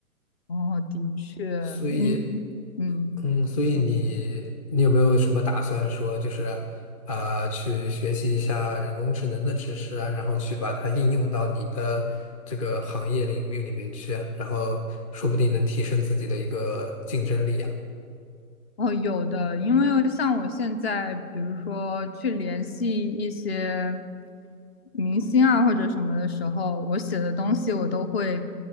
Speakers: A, on the left (about 40°); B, on the left (about 25°).
A: 哦，的确，
B: 所以。
A: 你，嗯，
B: 嗯，所以你你有没有什么打算说，
A: 你说。
B: 就是啊、去学习一下人工智能的知识啊，然后去把它应用到你的这个行业领域里面去啊然后说不定能提升自己的一个竞争力啊。
A: 哦，有的，因为像我现在，比如说去联系一些明星啊或者什么的时候，我写的东西我都会